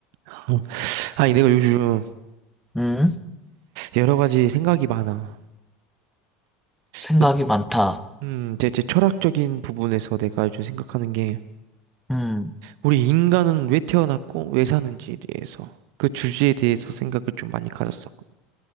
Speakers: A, on the right (about 55°); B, in the centre.
A: 어, 아니, 내가 요즘
B: 음,
A: 여러 가지 생각이 많아.
B: 생각이
A: 그,
B: 많다.
A: 음, 제 제 철학적인 부분에서 내가 요즘 생각하는 게,
B: 음,
A: 우리 인간은 왜 태어났고, 왜 사는지에 대해서, 그 주제에 대해서 생각을 좀 많이 가졌었거든.